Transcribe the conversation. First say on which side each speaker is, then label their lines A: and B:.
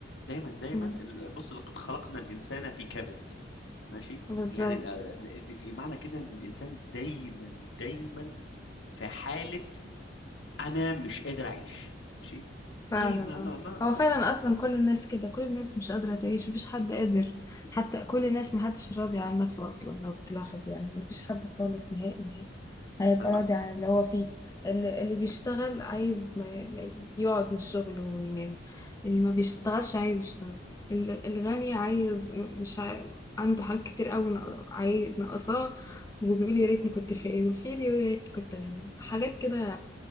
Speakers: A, on the left; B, on the left.
A: دايما دايما
B: مم.
A: ال- بص لقد خلقنا الانسان في كبد ماشي
B: بالظبط
A: يعني ال- ال- معنى كده ان الانسان دايما دايما في حاله انا مش قادر اعيش ماشي
B: فعلا
A: طيب ما
B: اه
A: ما ما, ف...
B: هو فعلا اصلا كل الناس كده كل الناس مش قادره تعيش مفيش حد قادر حتى كل الناس محدش راضي عن نفسه اصلا لو تلاحظ يعني مفيش حد خالص نهائي نهائي هيبقى
A: أنا ما,
B: راضي عن اللي هو فيه اللي, اللي بيشتغل عايز ما ما يقعد من الشغل وينام اللي ما بيشتغلش عايز يشتغل ال- الغني عايز مش عاي... عنده حاجات كتير قوي ناق- عاي... ناقصاه وبيقول يا ريتني كنت فقير والفقير يقول يا ريت كنت غني حاجات كده